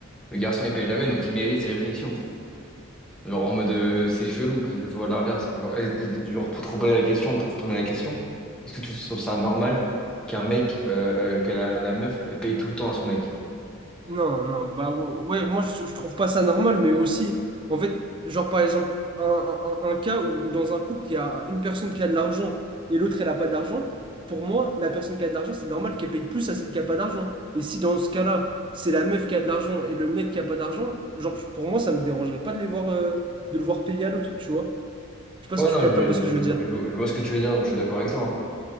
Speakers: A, in the centre; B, on the right.
A: Le garçon, il paye jamais, donc il mérite ses réflexions. Genre en mode euh, c'est chelou que ce soit l'inverse. Genre, euh, euh, genre, pour te reposer la question, pour te retourner la question, est-ce que tu trouves ça normal qu'un mec, euh, euh, que la, la meuf, elle paye tout le temps à son mec?
B: Non, non, bah ouais, ouais, moi je, je trouve pas ça normal, mais aussi, en fait, genre par exemple, un, un- un- un cas où dans un couple, il y a une personne qui a de l'argent et l'autre elle a pas d'argent, pour moi, la personne qui a de l'argent, c'est normal qu'elle paye plus à celle qui a pas d'argent. Et si dans ce cas-là, c'est la meuf qui a de l'argent et le mec qui a pas d'argent, genre pour moi, ça me dérangerait pas de les voir, euh, de le voir payer à l'autre, tu vois? Je sais pas si
A: Ouais,
B: tu
A: non,
B: captes
A: je,
B: un peu ce que je
A: je,
B: veux
A: je-
B: dire.
A: je vois ce que tu veux dire, mais je suis d'accord avec toi. hein.